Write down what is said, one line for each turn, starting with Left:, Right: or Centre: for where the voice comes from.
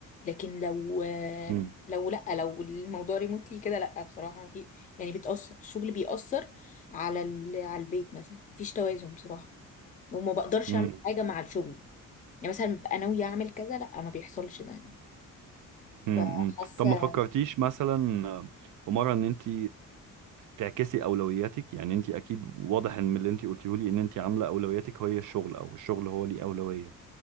Left: لكن لو
Right: امم
Left: لو لأ لو الموضوع ريموتلي كده لأ بصراحة في يعني بتأثر الشغل بيأثر على ال... على البيت مثلا مفيش توازن بصراحة وما بقدرش
Right: امم.
Left: اعمل حاجه مع الشغل يعني مثلا ببقى ناويه اعمل كذا لا ما بيحصلش ده يعني
Right: امم
Left: فحاسه
Right: طب ما فكرتيش مثلا آه، في مره ان انت تعكسي اولوياتك يعني انت اكيد واضح ان من اللي انت قلتيه لي ان انت عامله اولوياتك هي الشغل او الشغل هو ليه اولويه